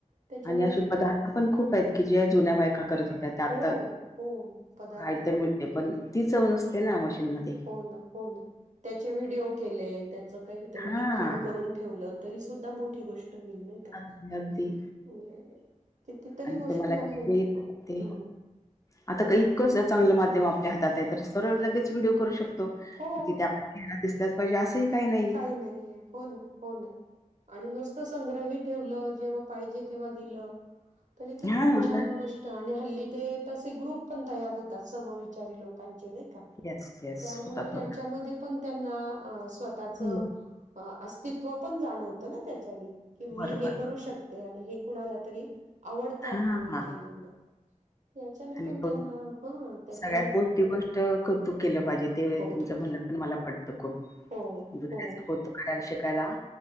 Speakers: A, on the right (about 65°); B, on the left (about 25°).
A: त्याच्यामुळे
B: आणि अशे पदार्थ पण खूप आहेत की जे जुन्या बायका करत होत् त्या आता
A: हो हो पदार्थ
B: हाय तर मिळते पण, ती चव नसते ना. मशीनमध्ये.
A: हो ना हो ना, त्याचे व्हिडिओ केले, त्याचं काहीतरी
B: हां,
A: लिखाण करून ठेवलं तरी सुद्धा मोठी गोष्ट होईल नाही त्या
B: अगदी, अगदी
A: म्हणजे कितीतरी
B: आणि
A: गोष्टी
B: तुम्हाला जे
A: आहेत
B: येतं
A: हम्म.
B: ते आता का इतकं चांगलं माध्यम आपल्या हातात आहे, तर सरळ लगेच व्हिडिओ करू शक तो
A: हो
B: तिथे <inaudible> चेहरा दिसल्याच पाहिजे असही काही न
A: काही नाही आहे हो ना हो ना. आणि नुसतं संग्रह ही ठेवलं जेव्हा पाहिजे तेव्हा दिलं तरी ते
B: हां,
A: खूप छान गोष् ट आणि हल्ली ते तसे ग्रुप पण तयार होतात समविचारी लोकांचे नाही का?
B: Yes, yes.
A: त्यामुळे
B: होतात, होतात.
A: त्याच्यामध्ये पण त्यांना अ स्वतःच
B: हं.
A: अस्तित्व पण जाणवतं ना त्याच्याने की मी
B: बरोबर.
A: हे करू शक ते आणि हे कुणाला तरी आवडता
B: हां
A: आहे मी केलेलं. याच्याने
B: आणि
A: पण त्यांना हा त्याच्याने
B: सगळ्यात मोठी गोष्ट कौतुक केलं पाहिजे ते
A: कौतुक
B: तुमचं म्हणणं
A: केलं
B: पण मला वाटतं खूप
A: हो हो
B: दुसऱ्याचा कैतुक करायला शिकायला.